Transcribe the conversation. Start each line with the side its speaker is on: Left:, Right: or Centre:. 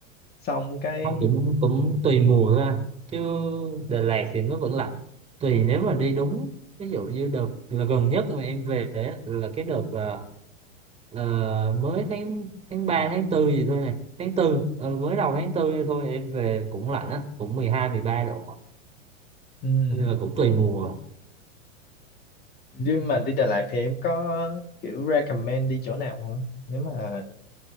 Left: xong cái
Right: không cũng cũng tùy mùa thôi anh chứ Đà Lạt thì nó vẫn lạnh tùy nếu mà đi đúng ví dụ như đợt là gần nhất mà em về á, là cái đợt ờ, ờ, mới tháng tháng 3 tháng tư gì thôi nè tháng tư ờ, mới đầu tháng tư thôi em về cũng lạnh á cũng mười hai mười ba độ
Left: ừm,
Right: nhưng mà cũng tùy mùa
Left: nhưng mà đi Đà Lạt thì em có kiểu recommend đi chỗ nào không nếu mà